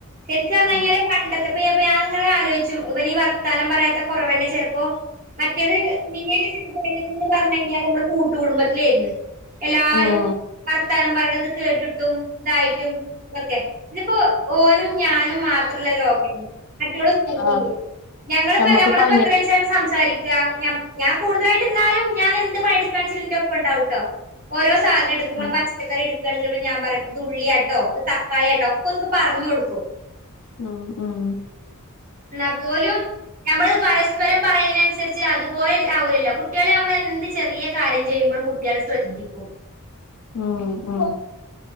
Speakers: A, on the right; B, on the left.
A: ശരിക് പറഞ്ഞയിഞ്ഞാല്
B: ഉം
A: പണ്ടത്തെ പെ ഞപ്പോ ങ്ങനെ ആലോചിച്ചും ഇവനീ വർത്താനം പറയാത്ത കൊറവന്നെ ചെലപ്പോ മറ്റേത് നീ ച എന്ന് പറഞ്ഞ കഴിഞ്ഞാൽ നമ്മള് കൂട്ട്കൂടുമ്പോ എല്ലും
B: ഉം
A: വർത്തം പറിണത് കേട്ടിട്ടും ഇതായിട്ടും ഇതൊക്കെ ഇതിപ്പോ ഓനും ഞാനും മാത്രല്ല ലോകം മറ്റോള് സ്കൂക്കും
B: ആഹ്
A: പോകും ഞങ്ങളിപ്പോ
B: നമ്മക്ക്
A: നമ്മളിപ്പോ
B: പണി
A: എത്രാച്ച സംസാരി ഞ ഞ്ഞം ഞാൻ കൂടുതലായിട്ട് ന്നാലും ഞാൻ എന്ത് പണിയ ഇടുണെച്ചിലിന്റെ ഒപ്പം ഉണ്ടാവുട്ടോ ഓരോ സാധന എടുക്കുമ്പോ
B: ഉം
A: പച്ച പച്ചക്കറി ഇട്തടക്കുമ്പോ ഞാ പറിം ഇത് ഉള്ളിയട്ടോ ഇത് തക്കാളി ആട്ടോ ഒക്കെ ഓർക്ക് പറഞൊഡ്ക്കും
B: ഉം ഉം
A: ന്നാ പോലും ഞമ്മള് പരസ്പരം പറയണൻസരിച്ച് അതുപോലെ ആവലല്ലോ കുട്ടികളെ മ്മളെന്ത് ചെറിയ കാര്യം ചെയ്യുമ്പോഴും കുട്ടിആള് ശ്രദ്ധിക്കും
B: ഉം ഉം